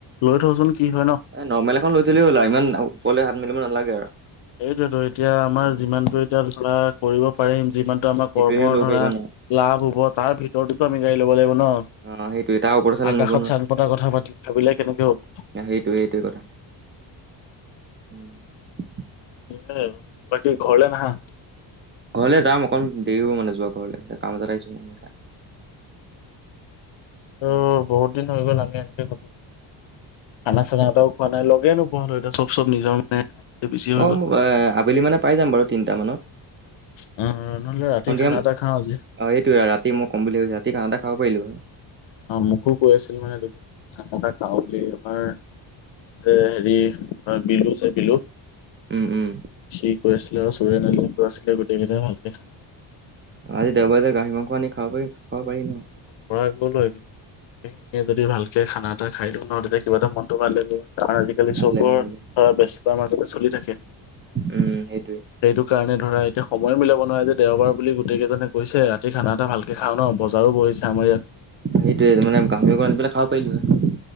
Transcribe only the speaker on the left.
লৈ থওঁচোন, কি হয় ন?
সেইটোৱেতো, এতিয়া আমাৰ
যিমানতটো এতিয়া ধৰা কৰিব পাৰিম। যিমান আমাৰ
কৰ্মৰ
ধৰা
লাভ হব তাৰ ভিতৰতোতো আমি গাড়ী ল'ব লাগিব ন।
আকাশত
চাং পতা কথা পাতি ভাবিলে কেনেকে হ'ব? <inaudible>
<unintelligible> তুমি ঘৰলে নাহা?
ত'
বহুত দিন হৈ গ'ল আমি এনেকে গো খানা চানা এটাও খোৱা নাই। লগে নোপোৱা হলোঁ এতিতা চব চব নিজৰ মানে বিজি হৈ গ'ল।
অ। নহ'লে ৰাতি
খানা
এটা খাওঁ আজি
অ মোকো কৈ আছিল মানে <unintelligible> খাওঁ বুলি আমাৰ জে হেৰি অ বিলু চে বিলু।
সি কৈ আছিলে আৰু চৰি <unintelligible> আছিলে গোটেইকেইটাই ভালকে খানা
কৰা গ'ল হয়, এতিয়া যদি ভালকে খানা এটা খাই দিওঁ ন তেতিয়া কিবা এটা মনটো ভাল লাগিব। কাৰণ আজিকালি
চবৰ
ধৰা ব্যস্ততাৰ মাজতে চলি থাকে।
সেইটো কাৰণে ধৰা এতিয়া সময়ো মিলাব নোৱাৰে যে। দেওবাৰ বুলি গোটেইকেইজনে কৈছে ৰাতি খানা এটা ভালকে খাও ন। বজাৰো বহিছে আমাৰ ইয়াত।